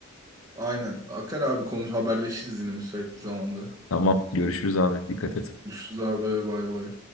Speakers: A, on the right; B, on the left.
A: Aynen. Akar abi konuş haberleşiriz yine müsait bir zamanda.
B: Tamam görüşürüz abi dikkat et.
A: Görüşürüz abi bay bay.